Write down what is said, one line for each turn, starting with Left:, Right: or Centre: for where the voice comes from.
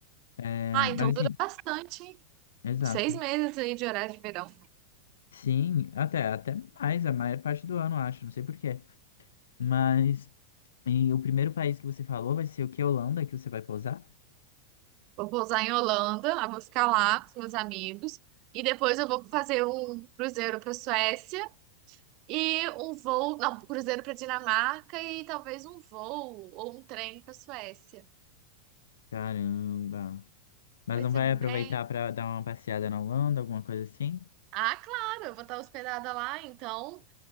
Left: É,
Right: Ah, então
Left: mas assim,
Right: dura bastante, hein?
Left: exato.
Right: Seis meses aí de horário de verão.
Left: Sim, até, até mais, a maior parte do ano, eu acho, não sei por quê. Mas e o primeiro país que você falou vai ser o que? Holanda, que você vai pousar?
Right: Eu Vou pousar em Holanda, eu vou ficar lá com os meus amigos. E depois eu vou fazer um cruzeiro para Suécia e um voo, não, um cruzeiro para Dinamarca e talvez um voo ou um trem para Suécia.
Left: Caramba. Mas
Right: Vai
Left: não
Right: ser
Left: vai
Right: bem.
Left: aproveitar para dar uma passeada na Holanda, alguma coisa assim?
Right: Ah, claro, eu vou estar hospedada lá, então